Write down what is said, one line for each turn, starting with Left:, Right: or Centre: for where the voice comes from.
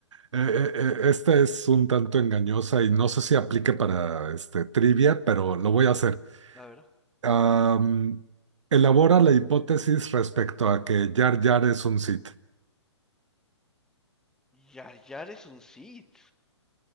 Right: eh, eh, esta es un tanto engañosa y no sé si aplique para este, trivia, pero lo voy a hacer.
Centre: A ver.
Right: Am, elabora la hipótesis respecto a que Jar Jar es un Sith.
Centre: Yar Yar es un Sith.